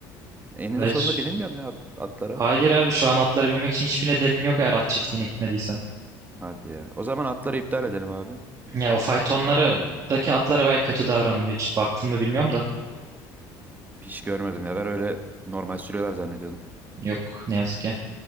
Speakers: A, on the right; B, on the right.
A: Eninde
B: Ve-
A: sonunda bilinmiyor mu ya at- atlara?
B: Hayır abi şu an atlara binmek için hiçbir nedenin yok eğer at çiftliğine gitmediysen.
A: Hadi ya. O zaman atları iptal edelim abi.
B: Ya o faytonlardaki atlara baya kötü davranılıyor. Hiç baktın mı bilmiyorum da.
A: Hiç görmedim ya. Ben öyle normal sürüyorlar zannediyordum.
B: Yok ne yazık ki.